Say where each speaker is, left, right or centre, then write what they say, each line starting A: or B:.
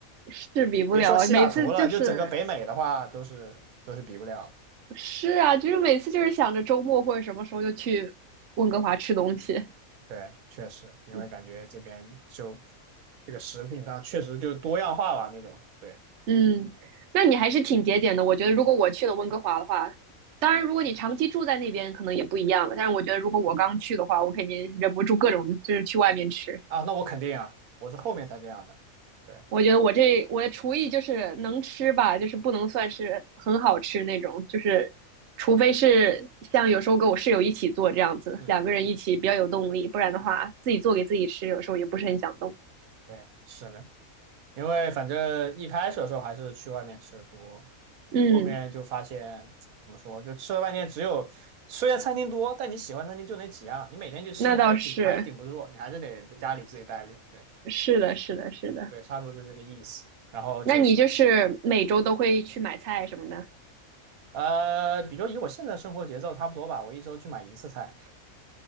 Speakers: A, on the right (about 60°); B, on the right (about 90°).
A: 的，是比不了。
B: 别说西雅图了，
A: 每次就是
B: 就整个北美的话，都是都是比不了。
A: 是啊，就是每次就是想着周末或者什么时候就去温哥华吃东西。
B: 对，确实，因为感觉这边就
A: 嗯
B: 这个食品上确实就多样化吧那种。对
A: 嗯，那你还是挺节俭的。我觉得如果我去了温哥华的话，当然如果你长期住在那边可能也不一样了。但是我觉得如果我刚去的话，我肯定忍不住各种就是去外面吃。
B: 啊，那我肯定啊，我是后面才这样的。对，
A: 我觉得我这我的厨艺就是能吃吧，就是不能算是很好吃那种，就是除非是像有时候跟我室友一起做这样子，
B: 嗯，
A: 两个人一起比较有动力，不然的话自己做给自己吃，有时候也不是很想动。
B: 对，是的，因为反正一开始的时候还是去外面吃的多，
A: 嗯，
B: 后面就发现怎么说，就吃了半天，只有虽然餐厅多，但你喜欢餐厅就那几样，你每天去吃还是顶还是顶不住，
A: 那倒是，
B: 你还是得在家里自己待着。对
A: 是的，是的，是的。
B: 对，差不多就这个意思。然后就是
A: 那你就是每周都会去买菜什么的，
B: 呃，比如以我现在生活节奏差不多吧，我一周去买一次菜